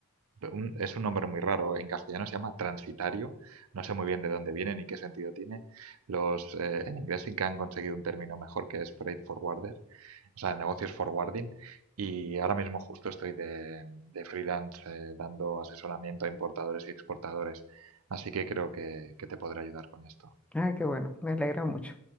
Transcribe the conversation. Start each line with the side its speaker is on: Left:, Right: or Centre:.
Right: un- es un nombre muy raro, en castellano se llama transitario, no sé muy bien de dónde viene ni qué sentido tiene. Los, eh, en inglés sí que han conseguido un término mejor que es freight forwarder, o sea, el negocio es forwarding, y ahora mismo justo estoy de, de freelance eh, dando asesoramiento a importadores y exportadores, así que creo que que te podré ayudar con esto.
Centre: Ay, qué bueno, me alegra mucho.